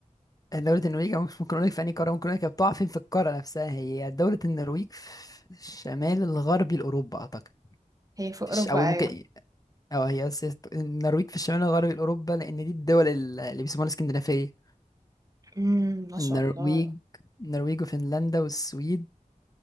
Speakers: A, on the left; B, on the right.
A: دوله النرويج أو مش ممكن اقول لك في انهي قاره ممكن اقول لك هي بتقع فين في القاره نفسها هي دوله النرويج في الشمال الغربي لاوروبا اعتقد
B: هي في أوروبا
A: مش- او ممكن
B: أيوة
A: أو هي أساس النرويج في الشمال الغربي الأوروبا لأن دي الدول ال- اللي بيسموها الاسكندنافية
B: مم. ما شاء
A: النرويج
B: الله
A: النرويج وفنلندا والسويد